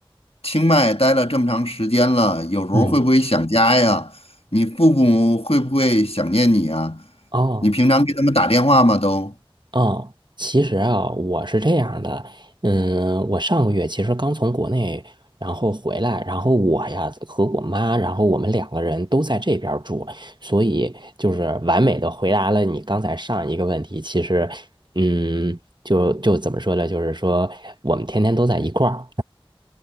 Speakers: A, on the left (about 85°); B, on the right (about 50°).
A: 清迈待了这么长时间了，有时候会不会想家呀？
B: 嗯，
A: 你父母会不会想念你啊？
B: 哦，
A: 你平常给他们打电话吗？都？
B: 哦，其实啊，我是这样的，嗯，我上个月其实刚从国内，然后回来，然后我呀和我妈，然后我们两个人都在这边儿住，所以就是完美的回答了你刚才上一个问题。其实，嗯，就就怎么说呢？就是说我们天天都在一块儿。